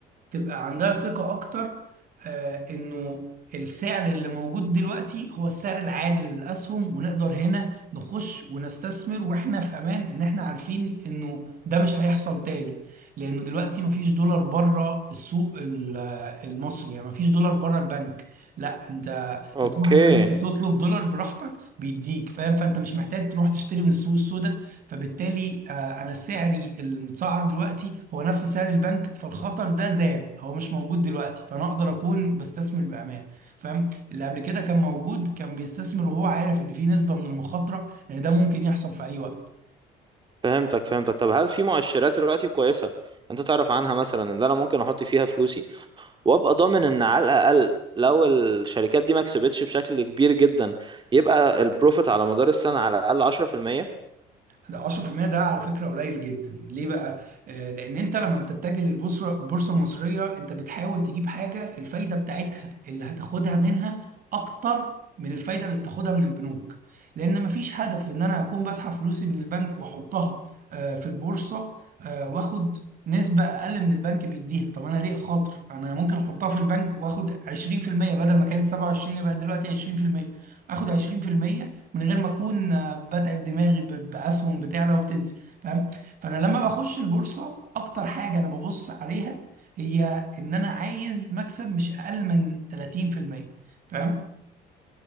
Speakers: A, on the right; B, on the right.
A: تبقى عندها ثقة أكتر آه إنه السعر اللي موجود دلوقتي هو السعر العادل للأسهم ونقدر هنا نخش ونستثمر وإحنا في أمان إن إحنا عارفين إنه ده مش هيحصل تاني لأنه دلوقتي مفيش دولار بره السوق ال- المصري يعني مفيش دولار بره البنك لا انت
B: اوكي
A: بتروح البنك تطلب دولار براحتك بيديك فاهم فانت مش محتاج تروح تشتري من السوق السوداء فبالتالي آه، انا سعري المتسعر دلوقتي هو نفس سعر البنك فالخطر ده زال هو مش موجود دلوقتي فانا اقدر اكون بستثمر بامان فاهم اللي قبل كده كان موجود كان بيستثمر وهو عارف ان في نسبة من المخاطرة ان ده ممكن يحصل في اي وقت
B: فهمتك فهمتك طب هل في مؤشرات دلوقتي كويسه انت تعرف عنها مثلا ان انا ممكن احط فيها فلوسي وابقى ضامن ان على الاقل لو الشركات دي ما كسبتش بشكل كبير جدا يبقى البروفيت على مدار السنه على الاقل 10%
A: ده 10% ده على فكرة قليل جدا ليه بقى؟ آه، لأن أنت لما بتتجه للبورصة البورصة المصرية أنت بتحاول تجيب حاجة الفايدة بتاعتها اللي هتاخدها منها أكتر من الفايدة اللي بتاخدها من البنوك لأن مفيش هدف إن أنا أكون بسحب فلوسي من البنك وأحطها آه، في البورصة آه، وآخد نسبة أقل من البنك بيديها طب أنا ليه خاطر؟ أنا ممكن أحطها في البنك وآخد 20% بدل ما كانت 27 بقت دلوقتي 20% آخد 20% من غير ما اكون آه، بتعب دماغي ب- باسهم بتعلى وبتنزل فاهم فانا لما بخش البورصه اكتر حاجه انا ببص عليها هي ان انا عايز مكسب مش اقل من 30% فاهم